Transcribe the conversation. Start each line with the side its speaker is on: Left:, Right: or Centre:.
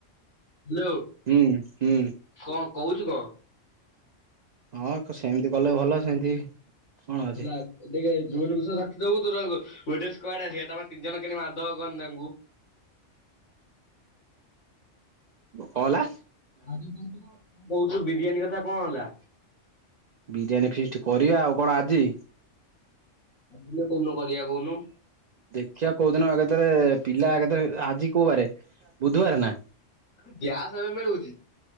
Left: ହ୍ୟାଲୋ
Right: ହୁଁ ହୁଁ
Left: କଣ କହୁଛୁ କଣ?
Right: ହଁ ଖ ସେମିତି କଲେ ଭଲ ସେମିତି କଣ ଅଛି
Left: ହେଲା ଟିକେ ଜୋନକୁ <unintelligible> ଯୋଉ ତର ଗୋ ଗୋଟେ ସ୍କୁଆଡ଼ ଆସିବେ ତମେ ତିନି ଜଣ କେମିତି ମାରିଦବ କହନି ତାଙ୍କୁ।
Right: କଁହେଲା?
Left: ଆଜି କୋଉଚୁ କଣ କହୁଚୁ ବିରିୟାନୀ କଥା କଁ ହେଲା?
Right: ବିରିୟାନୀ ଫିଷ୍ଟି କରିବା ଆଉ କଣ ଆଜି?
Left: ଆ କୋଉଦିନ କୋଉନୁ କରିବାଆ କୋହୁନୁ?
Right: ଦେଖିଆ କୋଉଦିନ ଏକାଥରେ ପିଲା ଏକାଥରେ ଆଜି କୋଉ ବାରେ ବୁଧବାରେନା?
Left: ଏବେ ଗ୍ୟାସ୍ ଏବେ ମିଳୁଚି?